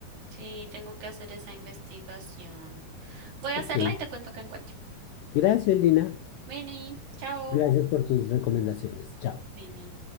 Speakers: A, on the right; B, on the left.
A: Sí, tengo que hacer esa investigación. Voy a
B: Ok.
A: hacerla y te cuento qué encuentro.
B: Gracias, Lina.
A: Vini, chao.
B: Gracias por tus recomendaciones. Chao.
A: Vini.